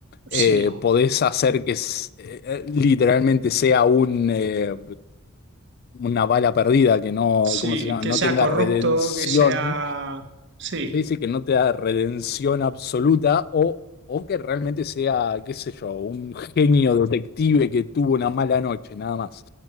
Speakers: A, on the right; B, on the left.
A: sí.
B: eh, podés hacer que s- eh, eh, literalmente sea un, eh, una bala perdida que no,
A: Sí,
B: ¿cómo se llama?
A: que
B: No
A: sea
B: tenga
A: corrupto,
B: redención,
A: que sea... Sí,
B: se dice que no te da redención absoluta o, o que realmente sea, qué sé yo, un genio detective que tuvo una mala noche, nada más.